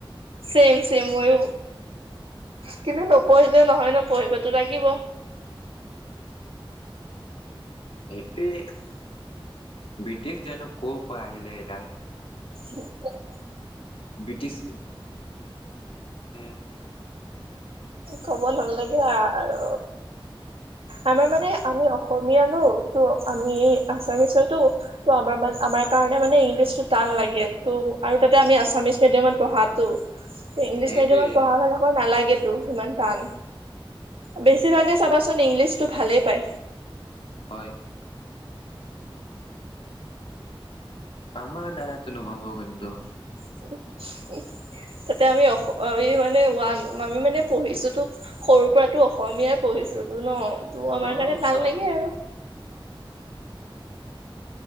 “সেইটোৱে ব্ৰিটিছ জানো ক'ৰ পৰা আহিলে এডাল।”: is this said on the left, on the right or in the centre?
Left